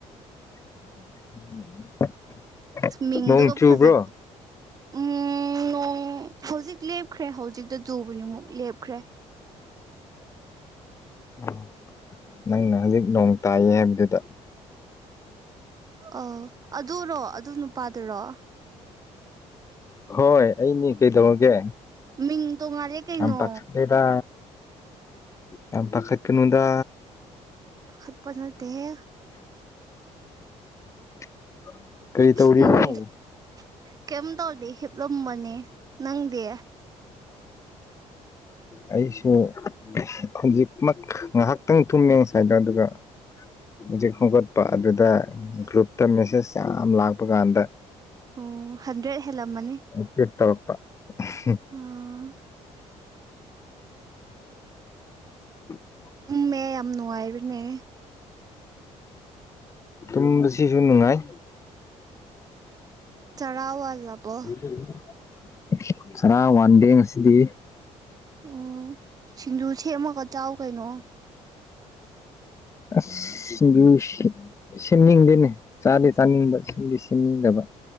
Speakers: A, on the left (about 25°); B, on the right (about 30°).
A: <unintelligible>
B: ꯃꯤꯡꯗꯨꯒ
A: ꯅꯣꯡ ꯆꯨꯕ꯭ꯔꯣ
B: ꯐꯖꯠ ꯎꯝ ꯅꯣꯡ ꯍꯧꯖꯤꯛ ꯂꯦꯞꯈ꯭ꯔꯦ ꯍꯧꯖꯤꯛꯇ ꯆꯨꯕꯖꯤꯃꯨꯛ ꯂꯦꯞꯈ꯭ꯔꯦ
A: ꯑ ꯅꯪꯅ ꯍꯧꯖꯤꯛ ꯅꯣꯡ ꯇꯥꯏꯌꯦ ꯍꯥꯏꯕꯗꯨꯗ
B: ꯥꯑꯥ ꯑꯗꯨꯔꯣ ꯑꯗꯨ ꯅꯨꯄꯥꯗꯨꯔꯣ
A: ꯍꯣꯏ ꯑꯩꯅꯤ ꯀꯩꯗꯧꯔꯒꯦ
B: ꯃꯤꯡ ꯇꯣꯡꯉꯥꯜꯂꯦ ꯀꯩꯅꯣ
A: ꯌꯥꯝ ꯄꯥꯈꯠꯂꯦꯗ꯫ ꯌꯥꯝ ꯄꯥꯈꯠꯀꯅꯨꯗ꯫
B: ꯄꯥꯈꯠꯄ ꯅꯠꯇꯦꯍꯦ
A: <unintelligible> ꯇꯧꯔꯤꯅꯣ
B: ꯏꯁ ꯅꯣꯡꯖꯦ ꯀꯩꯝ ꯇꯧꯗꯦ ꯍꯤꯞꯂꯝꯕꯅꯦ ꯅꯪꯗꯤ꯫
A: ꯑꯩꯁꯨ ꯍꯧꯖꯤꯛꯃꯛ ꯉꯥꯏꯍꯥꯛꯇꯪ ꯊꯨꯝꯃꯦ ꯉꯁꯥꯢꯗꯣ ꯑꯗꯨꯒ ꯍꯨꯖꯤꯛ ꯍꯧꯒꯠꯄ ꯑꯗꯨꯗ ꯒ꯭ꯔꯨꯞꯇ ꯃꯦꯁꯦꯁ ꯌꯥꯝ ꯂꯥꯛꯄ ꯀꯥꯟꯗ
B: ꯑꯣ ꯍꯟꯗ꯭ꯔꯦꯗ ꯍꯦꯜꯂꯝꯃꯅꯤ
A: <unintelligible>
B: ꯑꯥ
A: <unintelligible>
B: ꯃꯦꯌꯥꯝ ꯅꯨꯡꯉꯥꯏꯔꯤꯅꯦ꯫
A: ꯇꯨꯝꯕꯁꯤꯁꯨ ꯅꯨꯡꯉꯥꯏ꯫
B: ꯆꯔꯥ ꯋꯥꯜꯂꯕꯣ
A: <unintelligible> ꯆꯔꯥ ꯋꯥꯟꯗꯦ ꯉꯁꯤꯗꯤ꯫
B: ꯑꯣ ꯁꯤꯡꯖꯨ ꯁꯦꯝꯃꯒ ꯆꯥꯎ ꯀꯩꯅꯣ꯫
A: ꯑꯁ ꯁꯤꯡꯖꯨ ꯁꯤ ꯁꯦꯝꯅꯤꯡꯗꯦꯅꯦ ꯆꯥꯗꯤ ꯆꯥꯅꯤꯡꯕ ꯁꯤꯗꯤ ꯁꯤꯝꯅꯤꯡꯗꯕ꯫